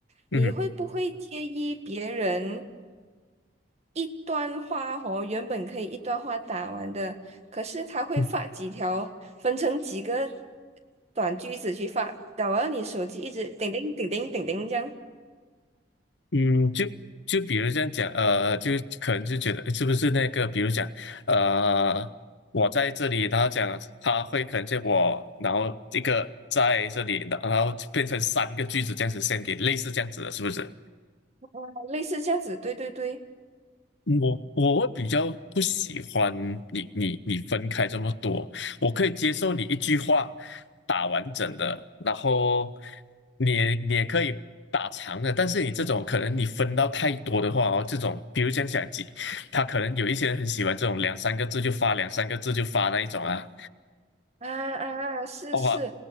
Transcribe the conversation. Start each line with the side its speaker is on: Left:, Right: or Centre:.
Right: 你会不会介意别人
Left: 嗯哼，
Right: 一段话哦，原本可以一段话打完的，可是他会发几条，
Left: 嗯。
Right: 分成几个短句子去发，打完你手机一直叮叮叮叮叮叮这样，
Left: 嗯，就就比如这样讲，呃，就可能就觉得诶是不是那个，比如讲，呃，我在这里，然后讲他会可能见我，然后一个在这里，然后变成三个句子这样子 s e n d i 类似这样子的，是不是？
Right: 哦类似这样子，对对对。
Left: 我我会比较不喜欢你你你分开这么多，我可以接受你一句话打完整的，然后你也你也可以打长的，但是你这种可能你分到太多的话哦，这种比如讲讲几，他可能有一些人很喜欢这种两三个字就发，两三个字就发那一种啊，
Right: 啊啊，啊是是，
Left: 哇，